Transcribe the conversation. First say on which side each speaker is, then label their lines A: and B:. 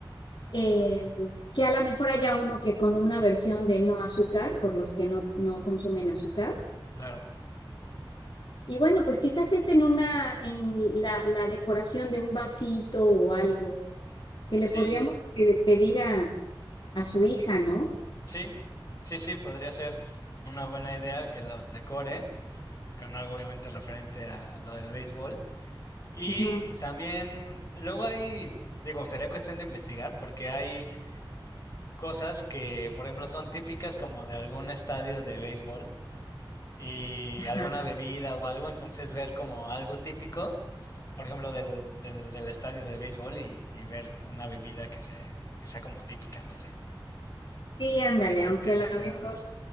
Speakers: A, on the left; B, on the left.
A: eh, que a lo mejor haya uno que con una versión de no azúcar, por los que no, no consumen azúcar.
B: claro.
A: Y bueno, pues quizás es en una, en la, la decoración de un vasito o algo, que
B: Sí,
A: le podríamos pe- pedir a, a su hija, ¿no?
B: sí, sí, sí, podría ser una buena idea que los decore con algo obviamente referente a, a lo del béisbol. Y
A: Ujú,
B: también, luego hay, digo, sería cuestión de investigar porque hay cosas que, por ejemplo, son típicas como de algún estadio de béisbol y
A: ajá.
B: alguna bebida o algo, entonces ver como algo típico, por ejemplo, del, del, del estadio de béisbol y, y ver una bebida que se, que sea como típica, no sé,
A: Sí, ándale,
B: que se,
A: aunque
B: que
A: a
B: se
A: lo
B: pueda
A: mejor,
B: dar.